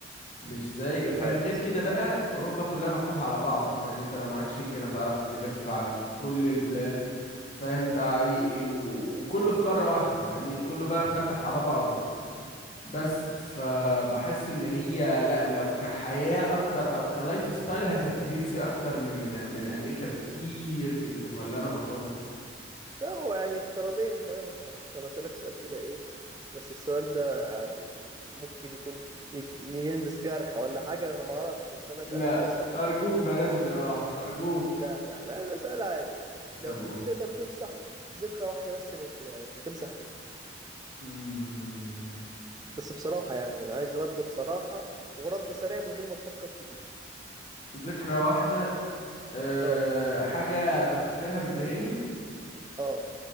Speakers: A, on the left; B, on the right.
A: مش زي
B: مش
A: فاهم
B: عارف
A: غير كده بقى اوروبا كلها مفتوحة على بعض فاهم يعني انت لو معاك شنجن هتعرف تلف على كل البلاد فاهم تع- إيه- و- وكله في قارة واحدة فاهمني وكله بقى مفتح على بعضه بس فبحس ان هي لا لو كحياة اكتر او كلايف ستايل هتبقى هيلسي اكتر من من امريكا بكتير جدا ولا انا غلطان
B: لا هو يعني افتراضيا كلامك صح طب أسألك سؤال كده إيه بس السؤال ده يعني ممكن يكون يت- يلمس جرح ولا حاجة أنا ما أعرفش بس أنا أسأله
A: لا
B: بنية صح
A: ارجوك بلاش جراح ارجوك
B: لا لا لا ده سؤال عادي لو
A: طب
B: كنت
A: قول
B: تقدر تمسح ذكرى واحدة بس من دماغك هتمسح إيه؟
A: مم،
B: بس بصراحة يعني أنا عايز رد بصراحة ورد سريع من غير ما تفكر كتير
A: ذكرى واحدة أه
B: آه
A: حاجة بفتكرها بتضايقني
B: آه